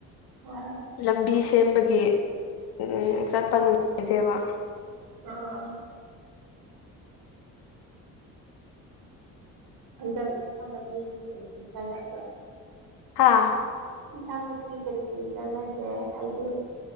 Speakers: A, on the right; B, on the left.
A: ꯍꯣꯏ
B: ꯂꯝꯕꯤ ꯁꯦꯝꯕꯒꯤ ꯎꯝ ꯆꯠꯄ ꯅꯨꯡꯉꯥꯏꯇ‌ꯦꯕ
A: ꯑꯣ ꯍꯟꯗꯛ ꯏꯟꯖꯥꯡ ꯅꯄꯤꯗꯤ ꯀ‍ꯩ ꯀꯩ <unintelligible>
B: ꯍꯥꯥ
A: ꯏꯟꯁꯥꯡ ꯅꯥꯠꯄꯤ ꯀꯔꯤ ꯀꯔꯤ ꯆꯥꯟꯅꯒꯦ ꯍꯥꯏꯗꯤ